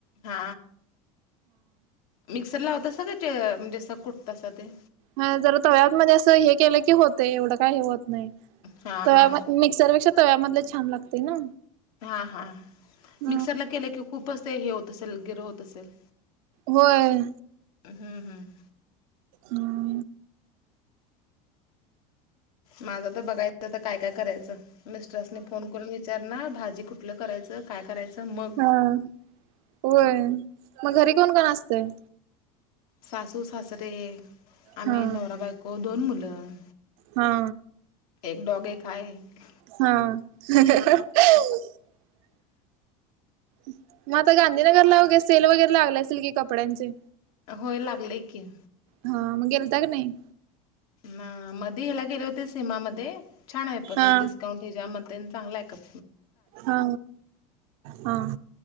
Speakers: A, on the left; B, on the right.
A: हा मिक्सर लावतसा का ज म्हणजेस कुटतसा ते
B: हा जरा तव्यात मध्ये असं हे केलं की होत एवढं काय हे होत नाही
A: हा
B: तव्या
A: हा
B: ममी सर्वेक्षा तव्यामधले छान लागते ना.
A: हा हा
B: ह
A: मिक्सरला केलं की खूपच ते हे होत असेल गैर होत असेल.
B: होय.
A: हम्म हम्म.
B: हम्म.
A: माझं तर बघायचं तर काय काय करायचं मिस्ट्रसने फोन करून विच विचार ना भाजी कुठलं करायचं काय करायचं. मग
B: हम्म होय मग घरी कोण कोण असतंय.
A: सासू सासरे आम्ही
B: हा
A: नवरा बायको दोन मुलं.
B: हा.
A: एक डॉग एक आहे
B: हा. <unintelligible> मग आता गांधीनगरला वगैरै सेल वगैरे लागले असतील की कपड्यांचे.
A: होय लागलय की.
B: हा मग गेलता का नाही.
A: ना मध ह्याला गेले होते सीमामध्येध्ये छान आहे पण
B: हा
A: त्याच डिस्काउंट हच्या मते चांगलाय कप
B: हा हा